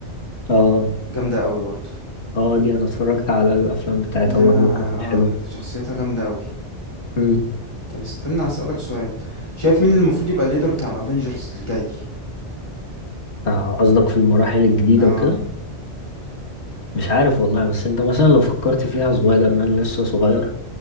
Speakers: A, on the left; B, on the left.
A: اه
B: جامدة قوي برضو
A: اه دي انا اتفرجت على الافلام بتاعتها
B: لا
A: برضو كانت
B: اه
A: حلوة
B: شخصيتها جامدة قوي
A: امم
B: طب استنى هسألك سؤال شايف مين المفروض يبقى الليدر بتاع الافينجرز الجاي
A: آه، قصدك في المراحل الجديدة
B: اه
A: وكده مش عارف والله بس انت مثلا لو فكرت فيها سبايدر مان لسه صغير